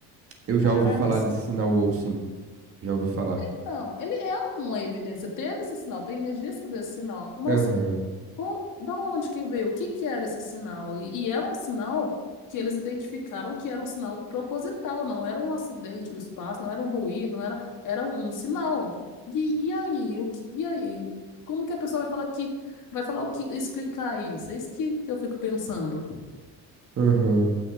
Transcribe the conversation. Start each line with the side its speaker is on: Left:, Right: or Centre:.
Right: Eu já
Left: Caraca,
Right: ouvi falar
Left: esse-
Right: desse sinal Wolf, sim já ouvi falar.
Left: então, ele é uma evidência. Teve esse sinal, tem registro desse sinal, mas
Right: Aham,
Left: Com- Da onde que veio? O que que era esse sinal? E, e é um sinal que eles identificaram que era um sinal proposital, não era um acidente do espaço, não era um ruído, não era, era um, um sinal. E, e aí? O que- e aí? Como que a pessoa vai falar que vai falar o que explicar isso? É isso que, que eu fico pensando.
Right: aham.